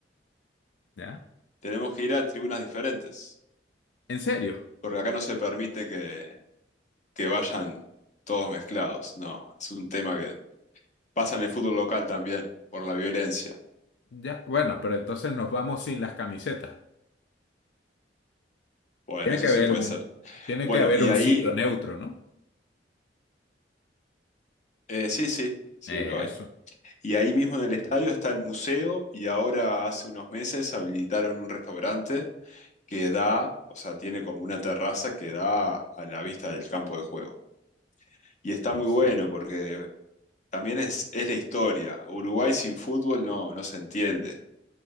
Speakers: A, on the left; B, on the left.
A: ¿ya?
B: tenemos que ir a tribunas diferentes.
A: ¿En serio?
B: porque acá no se permite que, que vayan todos mezclados, no, es un tema que pasa en el fútbol local también, por la violencia.
A: Ya, bueno, pero entonces nos vamos sin las camisetas.
B: Bueno,
A: Tiene
B: eso
A: que haber
B: sí puede
A: un,
B: ser.
A: tiene
B: Bueno,
A: que haber
B: y
A: un
B: ahí,
A: sitio neutro, ¿no?
B: eh, sí, sí, sí,
A: Eso,
B: lo hay. Y ahí mismo en el estadio está el museo y ahora hace unos meses habilitaron un restaurante que da, o sea, tiene como una terraza que da a la vista del campo de juego. Y está
A: buenísimo.
B: muy bueno porque también es, es la historia. Uruguay sin fútbol no, no se entiende